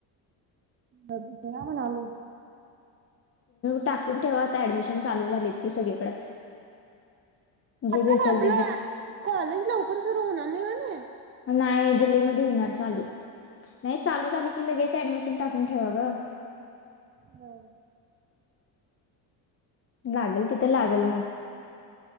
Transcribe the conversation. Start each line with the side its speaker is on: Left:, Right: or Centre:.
Right: बघूया म्हणायलोय
Left: टाकून ठेवा आता ऍडमिशन चालू झालीत की सगळीकडं जे
Right: आता
Left: भेटल
Right: आपलं
Left: ते भेट
Right: कॉलेज लवकर सुरू होणार नाही होय नाही
Left: नाही जुलैमध्ये होणार चालू नाही चालू झाली की लगेच ऍडमिशन टाकून ठेवा ग
Right: होय
Left: लागल तिथं लागल मग